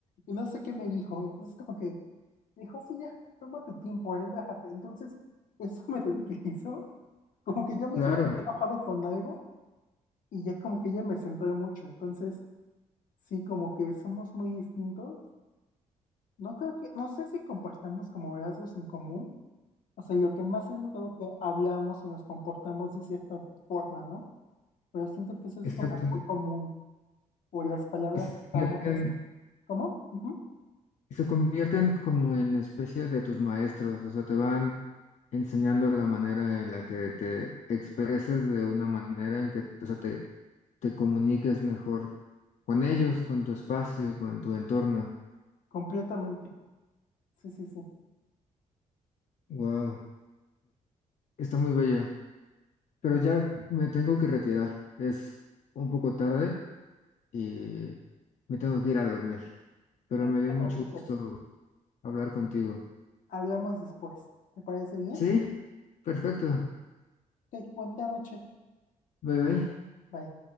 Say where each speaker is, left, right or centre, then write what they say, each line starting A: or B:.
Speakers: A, on the left; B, on the left.
A: y no sé qué me dijo. Entonces como que me dijo, sí, ya, toma tu tiempo, relájate. Entonces eso me <laughs> tranquilizó. Como que yo mismo
B: Claro,
A: me he enojado con algo y ya como que ella me centré mucho. Entonces sí, como que somos muy distintos. No creo que, no sé si compartamos como rasgos en común. O sea, lo que más he notado es que hablamos y nos comportamos de cierta forma, ¿no? pero siento que eso es
B: exacto.
A: como muy común, o las palabras
B: Y se
A: que usamos,
B: convierten
A: es- ¿cómo? Ujú,
B: se convierten como en especie de tus maestros, o sea, te van enseñando la manera en la que te expreses de una manera en que, o sea, te, te comuniques mejor con ellos, con tu espacio, con tu entorno.
A: Completamente. Sí, sí, sí.
B: Wow, está muy bello. Pero ya me tengo que retirar. Es un poco tarde y me tengo que ir a dormir. Pero
A: Sí, no
B: me dio
A: te
B: mucho
A: preocupes.
B: gusto hablar contigo.
A: Hablamos después. ¿Te parece bien?
B: Sí, perfecto.
A: Ok, buena noche.
B: Bye bye.
A: Bye.